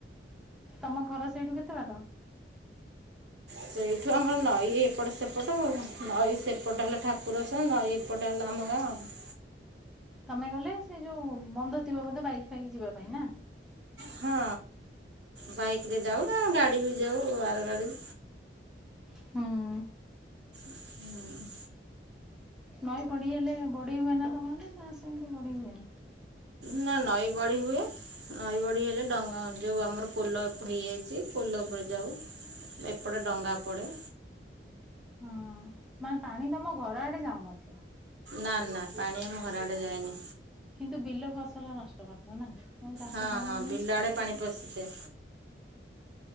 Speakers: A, in the centre; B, on the right.
A: ତମ ଘର ସେଇଠୁ କେତେ ବାଟ?
B: ସେଇଠୁ ଆମର ନଈ ଏପଟ ସେପଟ ଆଉ ନଈ ସେପଟ ହେଲା ଠା କୁର ଅଛନ୍ତି। ନ‌ଈ ଏପଟ ହେଲା ଆମ ଗାଁ।
A: ତମେ ଗଲେ ସେ ଯୋଉ ବନ୍ଧ ଥିବ ବୋଧେ ବାଇକ୍ ଫାଇକ୍ ଯିବା ପାଇଁ ନା?
B: ହଁ ବାଇକରେ ଯାଉ ନ ଗାଡି ବି ଯାଉ ଆର ଗାଡି
A: ହଁ ଅ।
B: ହୁଁ।
A: ନଈ ବଢିହେଲେ ବଢି ହୁଏ ନା ତମ ଆଡେ ନା ସେମିତି ବଢି ହୁଏନି?
B: ନା ନଈ ବଢି ହୁଏ। ନଈ ବଢି ହେଲେ ଡଙ୍ଗ ଯେଉ ଆମର ପୋଲ ହେଇଯାଇଚି ପୋଲ ଉପରେ ଯାଉ। ଏପଟେ ଡଙ୍ଗା ପଡେ।
A: ହଁ ମାନେ ପାଣି ତମ ଘର ଆଡେ ଯାଉନଥିବ।
B: ନା ନା ପାଣି ଆମ ଘର ଆଡେ ଯାଏନି।
A: କିନ୍ତୁ, ବିଲ ଫସଲ ନଷ୍ଟ କରିଦବ ନା? ଚାଷ
B: ହଁ,
A: ଜମି
B: ହଁ
A: ଫମି
B: ବିଲ ଆଡେ ପାଣି ପଶିଯାଏ।